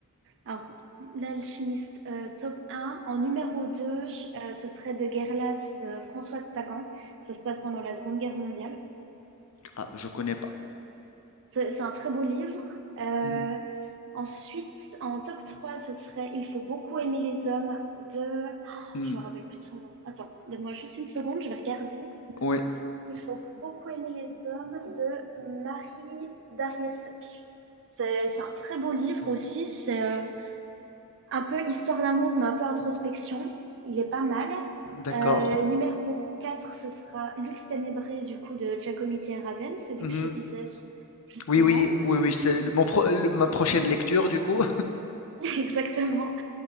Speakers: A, on the right; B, on the left.
A: Alors, l'alchimiste euh, top un. En numéro 2, euh, ce serait De Guerlas de Françoise Sagan. Ça se passe pendant la Seconde Guerre mondiale.
B: Ah, je connais pas.
A: C'est c'est un très beau livre. Euh,
B: Mhm.
A: ensuite, en top 3, ce serait Il faut beaucoup aimer les hommes de... Oh,
B: Mhm.
A: je me rappelle plus de son nom. Attends, donne-moi juste une seconde, je vais regarder.
B: Oui,
A: Il faut beaucoup aimer les hommes de Marie Darrieussecq. C'est c'est un très beau livre aussi. C'est euh, un peu histoire d'amour, mais un peu introspection. Il est pas mal.
B: d'accord.
A: Euh, numéro 4, ce sera Lux Ténébré, du coup, de Giacometti et Raven, celui
B: Mhm.
A: que je te disais justement.
B: Oui, oui, oui, oui, c'est le- mon pro- le- ma prochaine lecture, du coup.
A: <laughs> Exactement.